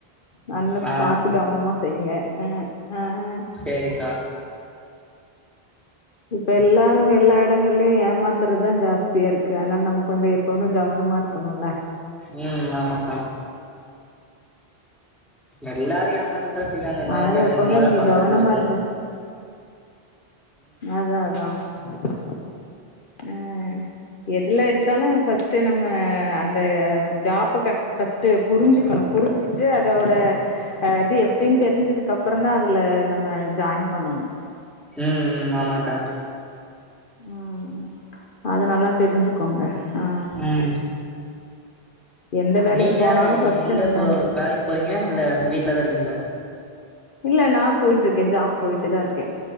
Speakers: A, on the left; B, in the centre.
A: நல்லா
B: ஆ
A: பாத்து கவனமா செய்ங்க அ அ அ
B: சேரிக்கா
A: இப்ப எல்லாரும் எல்லா எடங்கள்லயு ஏமாத் த்துறதா ஜாஸ்தியா இருக்கு அதுனால நம்ம கொஞ்ச எப்பவுமே கவனமா இருக்கணுல்ல
B: ம் ஆமாக்கா எல்லாரு ஏமாத்தத்தா செய்றாங்க என்ன
A: அதனால
B: பண்றது
A: எப்பவுமே
B: நம்மதா
A: நீங்க
B: பாத்து
A: கவனமா
B: இருந்துக்கணு
A: இருங்க அதா அதா ம் ம் எதுல எடுத்தாலு ஃபஸ்ட்டு நம்ம அந்த ஜாப்ப கட் ஃபஸ்ட்டு புரிஞ்சுக்கணு புரிஞ்சுட்டு அதோட அஹ் அது எப்டின்னு தெரிஞ்சதுக்கு அப்புறோதா அதுல நம்ம ஜாயின் பண்ணணு
B: ம் ம் ஆமாக்கா
A: ம் அத நல்லா தெரிஞ்சுக்கோங்க ஆ
B: ம்
A: எந்த வேலைக்கு
B: நீங்க
A: போனாலு ஃபர்ஸ்ட்
B: எங்க
A: நம்ம
B: போ வேலைக்கு போறீங்க இல்ல வீட்லதா இருக்கீங்ளா
A: இல்ல நா போய்ட்டு இருக்கே ஜாப் போய்ட்டு தா இருக்கே